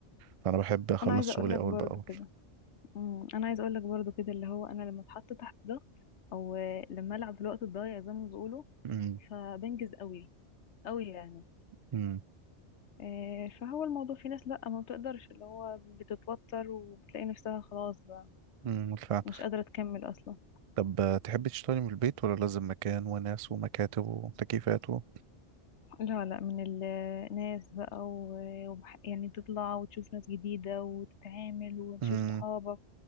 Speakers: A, on the right; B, on the left.
A: فانا بحب اخلص
B: أنا عايزة
A: شغلي
B: أقول لك
A: اول
B: برضو
A: باول
B: كده مم. أنا عايزة أقول لك برضو كده اللي هو أنا لما اتحط تحت ضغط أو آه، لما ألعب في الوقت الضايع زي ما بيقولوا
A: امم
B: فبنجز قوي قوي يعني
A: امم
B: آه، فهو الموضوع في ناس لأ ما بتقدرش اللي هو بتتوتر وبتلاقي نفسها خلاص بقى
A: امم بالفعل
B: مش قادرة تكمل أصلا
A: طب آه، تحبي تشتغلي من البيت ولا لازم مكان وناس ومكاتب وتكييفات و...
B: لا لا من الناس بقى و- وبح- يعني تطلع وتشوف ناس جديدة وتتعامل وتشوف
A: امم
B: صحابك